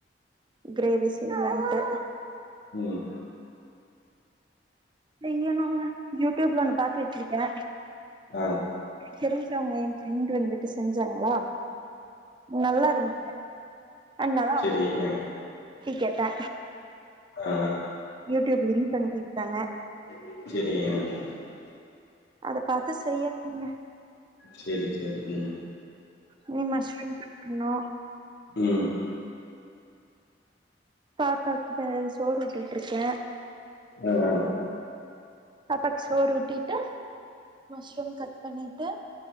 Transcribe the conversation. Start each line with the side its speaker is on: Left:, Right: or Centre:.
Right: கிரேவி செய்யலான்டு
Left: ம்.
Right: செய்யனுங்க யூடிப்ல ஒன்னு பாத்து வச்சிருக்கே
Left: ஆ,
Right: தெரிஞ்சவங்க எ ஃபிரண்டு வந்துட்டு செஞ்சாங்களா நல்லா இருந் அண்ணாளா
Left: தெரிலங்க
Right: டீ கெட்டே
Left: அ
Right: யூடியூப் லிங்க் அனுப்பி இர்க்காங்க
Left: செரிங்க
Right: அத பாத்து செய்யனுங்க
Left: செரி செரிங்க
Right: இனி மஷ்ரூம் கட் பண்ணு
Left: ம்
Right: பாப்பாக்கு இப்ப சோறு ஊட்டிட்டு இருக்க
Left: அ அ
Right: பாப்பாக்கு சோறு ஊட்டிட்டு மஷ்ரூம் கட் பண்ணிட்டு